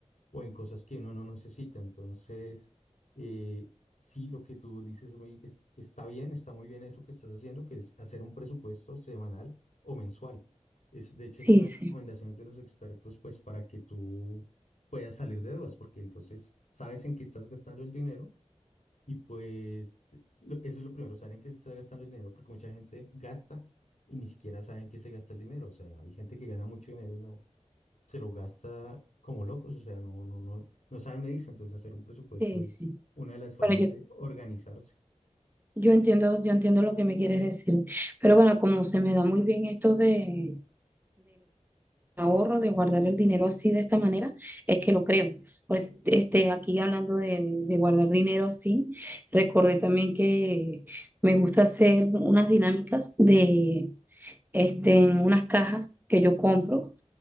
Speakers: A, on the left (about 75°); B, on the right (about 15°).
A: o en cosas que uno no necesita. Entonces, eh, sí, lo que tú dices muy, es- está bien, está muy bien eso que estás haciendo, que es hacer un presupuesto semanal o mensual. Es, de hecho,
B: Sí,
A: es una
B: sí,
A: de las recomendaciones de los expertos, pues, para que tú puedas salir de dudas, porque entonces sabes en qué estás gastando el dinero y pues te- lo- eso es lo primero, saber en qué se está gastando el dinero, porque mucha gente gasta y ni siquiera saben qué se gasta el dinero. O sea, hay gente que gana mucho dinero se lo gasta como locos, o sea, no, no, no, no saben medirse, entonces hacer un presupuesto
B: sí,
A: es
B: sí.
A: una de las formas
B: Bueno, yo,
A: de organizarse.
B: yo entiendo, yo entiendo lo que me quieres decir. Pero bueno, como se me da muy bien esto de, ahorro, de guardar el dinero así de esta manera, es que lo creo. Pues, este, aquí hablando de, de guardar dinero así, recordé también que me gusta hacer unas dinámicas de este, en unas cajas que yo compro